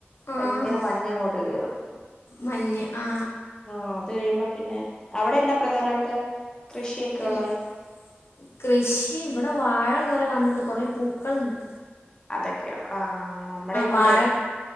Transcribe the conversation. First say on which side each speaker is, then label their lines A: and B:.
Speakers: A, on the left; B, on the left.
A: ഭയങ്കര
B: ആഹ്
A: മഞ്ഞങ്ങോട്ട് കേറും
B: മഞ്ഞ് ആ
A: ആ അത് കഴിയ്മ്പോ പിന്നെ അവ്ടെന്നാ പ്രധാനമായിട്ട് കൃഷിയൊക്കെ
B: <unintelligible>
A: ഉള്ളേ
B: കൃഷിം ഇവ്ടെ വാഴ കൊറേ കാൺണ് ണ്ട് കൊറേ പൂക്കള്ണ്ട്
A: അതൊക്കെയാള്ളെ ആ നമ്മ്ടെ ഇങ്ങോട്ടേ
B: വാഴ